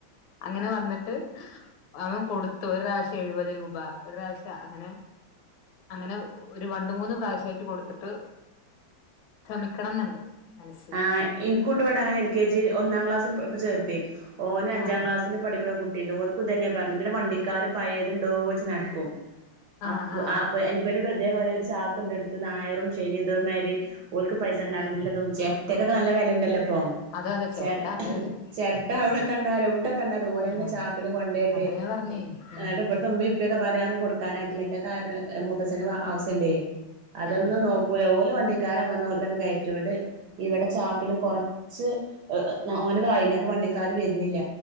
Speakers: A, on the left (about 80°); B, on the right (about 70°).
A: അങ്ങനെ വന്നിട്ട് അവൻ കൊടുത്തു ഒരു പ്രാവശ്യം എഴുപത് രൂപ ഒരാഴ്ച അങ്ങനെ അങ്ങനെ ഒരു രണ്ട് മൂന്ന് പ്രാവശ്യമായിട്ട് കൊടുത്തിട്ട് ശമിക്കണം എന്നുണ്ട് മനസ്സ്
B: ആഹ ഇ- കൊണ്ടപോയിട്ട് അവനെ <unintelligible> എൽ കെ ജി ഒന്നാം ക്ലാസ്സിൽ ചേർക്കും <unintelligible> ഓന് അഞ്ചാം
A: ആഹ്
B: ക്ലാസ്സിൽ പഠിക്കുന്ന കുട്ടിന്റെ ഓല് ഇത് തന്നെ പറഞ്ഞത് വണ്ടിക്കാര് പഴയതുണ്ടോ വെച്ച് നടക്കും
A: ആഹ്
B: അപ്പൊ
A: ആഹ്
B: ഇവരോട് ഇതേ മാതിരി ഒരു ചാക്ക് കൊണ്ടെടുത്തുന്ന ഞായറും ശനി ഇതേമാരി ഓക്ക് പൈസ ഉണ്ടാക്കണില്ല
A: ആഹ്
B: <unintelligible> ഇപ്പക്കെ നല്ല വിലഉണ്ടല്ലോ ഇപ്പം
A: അതെ അതെ ചേരട്ട
B: ച
A: നല്ല വെല
B: ചിരട്ട
A: ഉം
B: അവിടെ കണ്ടാലും എവിടെ കണ്ടാലും ഓലെ തന്നെ
A: ആഹ്
B: ചാക്കല് കൊണ്ടയിട്ട്
A: അതെ ഞാൻ പറഞ്ഞേ ഉം
B: എന്നട്ട് ഇവിടത്തെ ഉമ്മിഉപ്പ ക്കെ പറയാന്ന് കൊടുക്കാനായിട്ടില്ല എന്റെ കാര് മൂത്തച്ഛനന് ആവശ്യുണ്ട് അതൊന്നും
A: ആഹ്
B: നോക്കൂല ഓലും വണ്ടി ക്കാരം വന്ന കൊടുക്കന്ന് കയറ്റുണ്ട് ഇവിടെ ചാക്കില് കുറച്ച് ഓനതായിന അപ്പൊ വണ്ടിക്കാര് വരുന്നില്ല